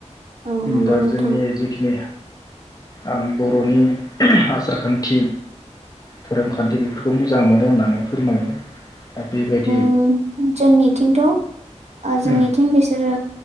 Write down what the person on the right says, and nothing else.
औ नंगौ
नोंथां
उम जोंनिथिंथ' ओ जोंनिथिं
बिसोरो